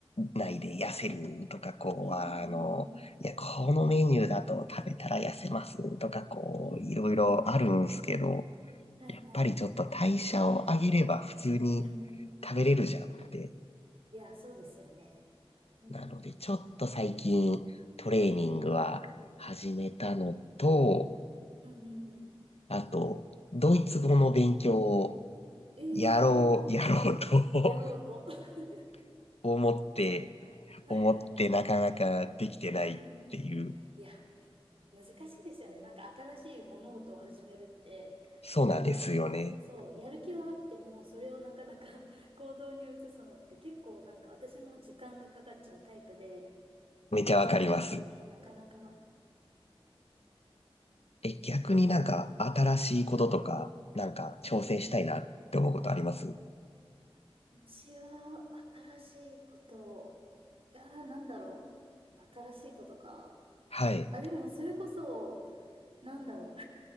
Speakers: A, on the left; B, on the right.
A: ないで痩せるとか、こう、
B: うんうんうんうん。
A: あの、いや、このメニューだと食べたら痩せますとか、こう、
B: うんうんうん。
A: いろいろあるんですけど、
B: はいはいは
A: やっぱりちょっと代謝を上げれば普通に
B: い。うん。
A: 食べれるじゃんって
B: いや、そうですよね。うんうんうん。
A: なので、ちょっと最近トレーニングは始めたのと、
B: うんうんうんうん。
A: あと、ドイツ語の勉強を
B: ええ
A: やろう、<laughs> やろうと
B: やろうと。<laughs>
A: <laughs> 思って、
B: はいはいはい。
A: 思ってなかなかできてないっていう。
B: うんうん。いや、難しいですよね。なんか新しい物事を始めるって、
A: そうなんですよね。
B: なんか、そう、やる気はあっても、それをなかなか <laughs> 行動に移すのって結構なんか私も時間がかかっちゃうタイプで、
A: めちゃわかります。
B: なんかね、なかなか、
A: え、逆になんか新しいこととか、
B: うん。
A: なんか挑戦したいなって思うことあります
B: 私は新しいことを、ああ、なんだろう。新しいことか。
A: はい。
B: あ、でもそれこそ、なんだろ